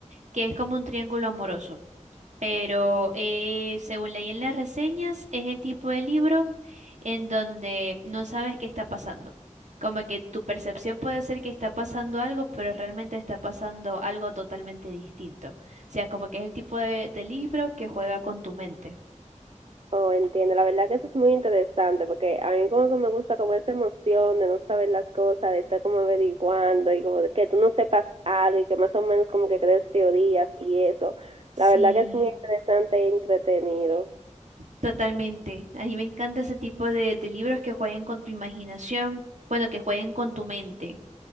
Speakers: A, on the right; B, on the right.
A: que es como un triángulo amoroso. Pero eh, según leí en las reseñas, es el tipo de libro en donde no sabes qué está pasando. Como que tu percepción puede ser que está pasando algo, pero realmente está pasando algo totalmente distinto. O sea, como que es el tipo de, de libro que juega con tu mente.
B: Oh, entiendo. La verdad que eso es muy interesante porque a mí como que me gusta como esa emoción de no saber las cosas, de estar como averiguando y como de que tú no sepas algo y que más o menos como que crees teorías y eso.
A: Sí.
B: La verdad que es muy interesante e entretenido.
A: Totalmente. A mí me encanta ese tipo de, de libros que jueguen con tu imaginación, bueno, que jueguen con tu mente,